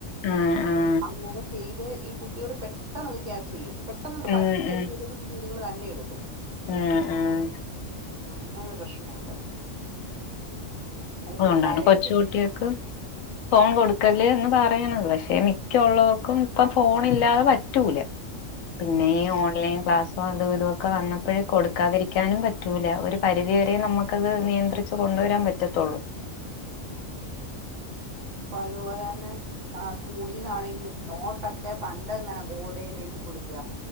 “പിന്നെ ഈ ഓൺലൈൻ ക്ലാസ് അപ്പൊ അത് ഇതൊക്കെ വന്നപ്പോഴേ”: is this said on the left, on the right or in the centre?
Left